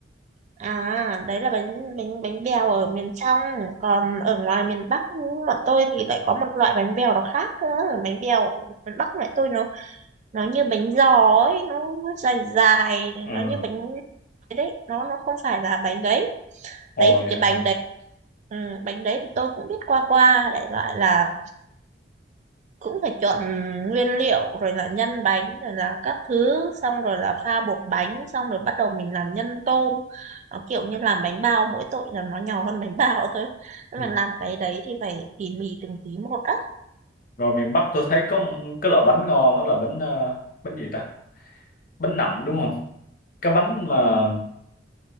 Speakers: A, on the right; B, on the left.
A: À, đấy là bánh bánh bánh bèo ở miền trong, còn ở ngoài miền Bắc bọn tôi thì lại có một loại bánh bèo nó khác cơ. Bánh bèo miền Bắc loại tôi nó nó như bánh giò ấy, nó, nó dài dài,
B: ừ
A: nó như bánh cái đấy, nó nó không phải là bánh đấy.
B: rồi
A: Đấy thì cái
B: ờ,
A: bánh đấy, ừ, bánh đấy thì tôi cũng biết qua qua, đại loại là cũng phải chọn nguyên liệu rồi là nhân bánh rồi là các thứ xong rồi là pha bột bánh xong rồi bắt đầu mình làm nhân tôm nó kiểu như làm bánh bao mỗi tội là nó nhỏ hơn bánh bao <laughs> thôi nhưng
B: ừ.
A: mà làm cái đấy thì phải tỉ mỉ từng tí một á
B: rồi miền Bắc tôi thấy có một cái loại bánh ngon đó là bánh ờ, bánh gì ta bánh nậm đúng không cái bánh mà